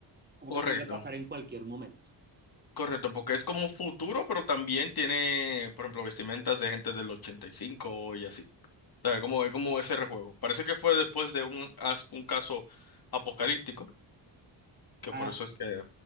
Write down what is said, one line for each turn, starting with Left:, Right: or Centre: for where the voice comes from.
Right: como
Left: correcto.
Right: que pudiera pasar en cualquier momento.
Left: Correcto, porque es como futuro, pero también tiene, por ejemplo, vestimentas de gente del 85 y cinco y así. O sea, como, es como ese rejuego. Parece que fue después de un, as- un caso apocalíptico, que
Right: Ah,
Left: por eso es que,